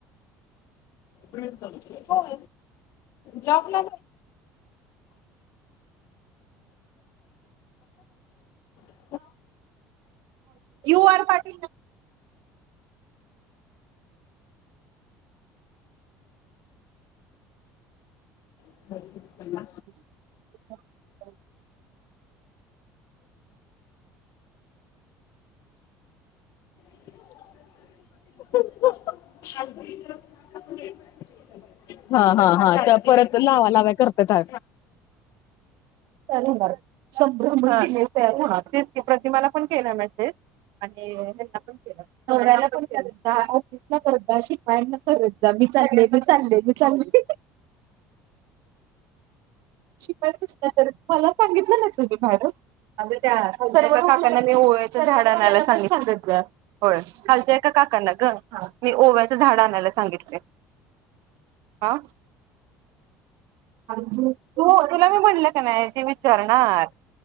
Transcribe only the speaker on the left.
हो जॉबला. <unintelligible>
<unintelligible>
<unintelligible> हा हा हा. त्या परत लावा लाव्या करताता.